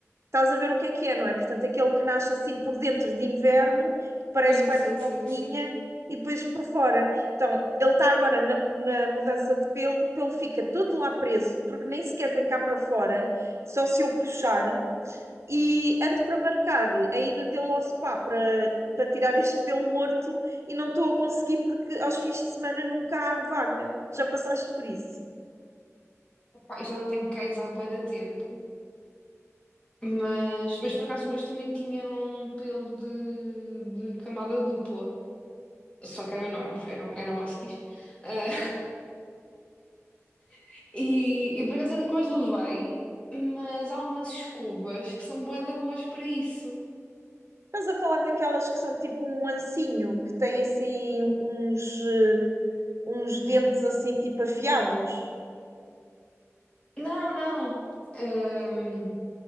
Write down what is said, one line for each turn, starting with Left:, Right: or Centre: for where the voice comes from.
Right: estás a ver o que é que é, não é? Portanto, aquele que nasce assim por dentro de inverno, que parece
Left: Sim,
Right: quase
Left: sim,
Right: uma
Left: sim,
Right: ovinha,
Left: sim.
Right: e depois por fora. Então, ele está agora na, na mudança de pelo, o pelo fica todo lá preso, porque nem sequer vem cá para fora, só se eu puxar e ando para marcar a ida dele ao spa para, para tirar este pelo morto e não estou a conseguir porque aos fins de semana nunca há vaga. Já passaste por isso?
Left: Epá, eu já não tenho cães há bué de tempo. Mas, mas por acaso os meus também tinham pelo de, de camada dupla. Só que eram enormes, eram, eram huskies. Ah, <laughs> e, e por acaso eu nunca os levei, mas há umas escovas que são bué de boas para isso.
Right: Estás a falar daquelas que são tipo um ancinho, que tem assim uns, eh, uns dentes assim tipo afiados.
Left: Não, não. Ahm,